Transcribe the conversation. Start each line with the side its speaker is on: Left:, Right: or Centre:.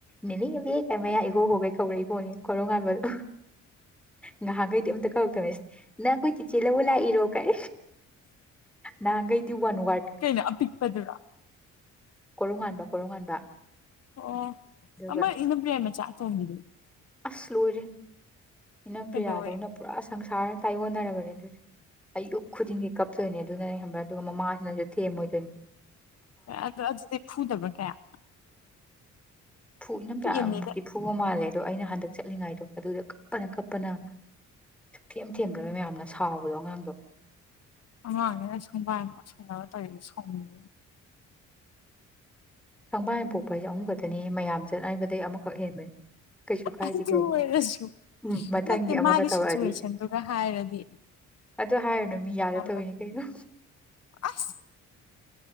Centre: ꯅꯦꯅꯦꯕꯦ ꯀ ꯃꯌꯥ ꯏꯈꯧ ꯈꯣꯒꯩ ꯀꯧꯔꯛꯏꯕꯣꯅꯦ ꯀꯔꯣ ꯉꯥꯟꯕꯗꯣ ꯉꯍꯥꯛꯈꯩꯗꯤ ꯑꯝꯇ ꯀꯧꯔꯛꯇꯅꯦ ꯅ ꯑꯥꯀꯣꯏ ꯆꯤꯆꯤ ꯂꯕꯨꯣ ꯂꯥꯏ ꯏꯔꯣ ꯀꯥꯏ ꯅꯥꯍꯟꯈꯩꯗ ꯋꯥꯟ ꯋꯔꯗ
Left: ꯀꯩꯅ ꯑꯄꯤꯛꯄꯗꯨꯔꯥ
Centre: ꯀꯣꯔꯨꯝ ꯉꯥꯟꯕ ꯀꯣꯔꯨꯝ ꯉꯥꯟꯕ
Left: ꯑꯣ
Centre: ꯑꯗꯨꯒ
Left: ꯑꯃ ꯏꯅꯝ ꯄꯔꯤꯌꯥ ꯃꯆꯥ <unintelligible>
Centre: ꯑꯁ ꯂꯣꯏꯔꯦ ꯏꯅꯝ
Left: ꯀꯩꯗꯧꯔꯦ
Centre: ꯄ꯭ꯔꯤꯌꯥꯗꯧꯅ ꯄꯨꯔꯥ ꯁꯪꯁꯥꯥ ꯇꯥꯌꯣꯟꯅꯔꯕꯅꯦ ꯑꯗꯨꯗꯤ ꯑꯌꯨꯛ ꯈꯣꯖꯅꯤꯡꯒꯤ ꯀꯞ ꯆꯠꯇꯣꯏꯅꯦ ꯑꯗꯨꯅꯅꯦ ꯈꯪꯕ꯭ꯔꯥ ꯑꯗꯨꯒ ꯃꯃꯥꯁꯤꯅꯁꯨ ꯊꯦꯝꯃꯣꯏꯗꯣꯏꯅꯦ
Left: ꯑꯗꯨ ꯑꯗꯨꯗꯤ ꯐꯨꯗꯕ ꯀꯌꯥ
Centre: ꯐꯨꯅ ꯢꯅꯝ
Left: ꯄꯤꯛꯑꯝꯅꯤꯅ
Centre: ꯄꯔ꯭ꯤꯌꯥ ꯃꯨꯛꯇꯤ ꯐꯨꯕ ꯃꯥꯜꯂꯦ ꯑꯗꯣ ꯑꯩꯅ ꯍꯟꯗꯛ ꯆꯠꯂꯤꯉꯥꯏꯗꯣ ꯑꯗꯨꯗ ꯀꯞꯄꯅ ꯀꯞꯄꯅ ꯁꯨꯛꯊꯦꯝ ꯊꯦꯝꯗꯕ ꯃꯌꯥꯝꯅ ꯁꯥꯎꯕꯗꯣ ꯑꯉꯥꯡꯗꯣ
Left: ꯑꯉꯥꯡꯅꯦ ꯀꯥꯏꯅ <unintelligible> ꯕꯥꯔꯣ ꯇꯥꯈꯤꯗꯣ ꯁꯥꯎꯅꯤꯡꯉꯦ꯫
Centre: ꯁꯪꯕꯥꯏ ꯄꯣꯛꯄ ꯍꯥꯏꯁꯦ ꯑꯍꯨꯝ ꯈꯛꯇꯅꯤ ꯃꯌꯥꯝ <unintelligible> ꯑꯃꯈꯛ ꯍꯦꯟꯕꯩ ꯀꯩꯁꯨ ꯀꯥꯏꯗꯦ
Left: ꯑꯗꯨ
Centre: ꯀꯩꯅꯣ
Left: ꯑꯣꯏꯔꯁꯨ
Centre: ꯎꯝ ꯃꯊꯪꯒꯤ
Left: ꯅꯠꯇꯦ
Centre: ꯑꯃꯒ
Left: ꯃꯥꯒꯤ
Centre: ꯇꯧꯔꯛꯑꯗꯤ
Left: ꯁꯤꯆꯨꯋꯦꯁꯟꯗꯨꯒ ꯍꯥꯏꯔꯗꯤ
Centre: ꯑꯗꯨ ꯍꯥꯏꯔꯨꯅꯨ ꯃꯤ ꯌꯥꯗ
Left: ꯌꯥꯝꯅ
Centre: ꯇꯧꯔꯤꯅꯤ ꯀꯩꯅꯣ
Left: ꯑꯁ